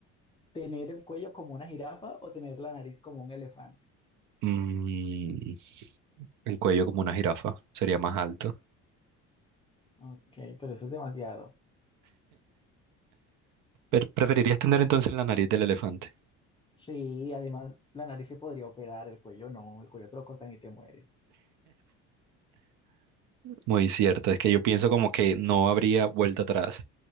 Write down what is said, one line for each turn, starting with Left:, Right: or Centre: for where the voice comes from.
Left: tener el cuello como una jirafa o tener la nariz como un elefante?
Right: Mm, el cuello como una jirafa sería más alto.
Left: Ok, pero eso es demasiado.
Right: Pero preferirías tener entonces la nariz del elefante.
Left: Sí, además la nariz se podría operar, el cuello no, el cuello te lo cortan y te mueres.
Right: Muy cierto, es que yo pienso como que no habría vuelta atrás.